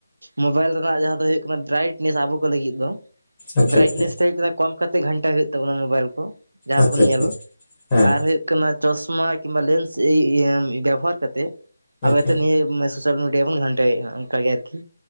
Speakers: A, on the right; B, on the left.
A: ᱢᱳᱵᱟᱭᱤᱞ ᱨᱮᱱᱟᱜ ᱡᱟᱦᱟᱸ ᱫᱚ ᱦᱩᱭᱩᱜ ᱠᱟᱱᱟ ᱵᱨᱟᱭᱤᱴᱱᱮᱥ ᱟᱵᱚ ᱠᱚ ᱞᱟᱹᱜᱤᱫ ᱫᱚ,
B: ᱟᱪᱪᱷᱟ
A: ᱵᱨᱟᱭᱴᱱᱮᱥ
B: ᱟᱪᱪᱷᱟ
A: ᱛᱮ ᱦᱩᱭᱩᱜ ᱠᱟᱱᱟ ᱠᱚᱢ ᱠᱟᱛᱮ ᱜᱷᱟᱱᱴᱟ ᱦᱩᱭᱩᱜ ᱛᱟᱵᱚᱱ ᱚᱱᱟ ᱢᱳᱵᱟᱭᱤᱞ ᱠᱚ᱾ ᱡᱟ ᱦᱟᱸ
B: ᱟᱪᱪᱷᱟ
A: ᱵᱚᱱ
B: ᱟᱪᱪᱷᱟ
A: ᱧᱮᱞ,
B: ᱦᱮᱸ
A: ᱟᱨ ᱦᱩᱭᱩᱜ <unintelligible> ᱪᱚᱥᱢᱟ ᱠᱤᱢᱵᱟ ᱞᱮᱱᱥ ᱤᱭᱟᱹ ᱵᱮᱵᱚᱦᱟᱨ ᱠᱟᱛᱮᱫ, <unintelligible>
B: ᱟᱪᱪᱷᱟ
A: ᱱᱤᱭᱟᱹ ᱥᱳᱥᱟᱞ ᱢᱤᱰᱤᱭᱟ ᱵᱚᱱ ᱜᱷᱟᱱᱴᱟᱣᱮᱫᱼᱟ ᱚᱝᱠᱟᱜ ᱜᱮ ᱟᱨᱠᱤ,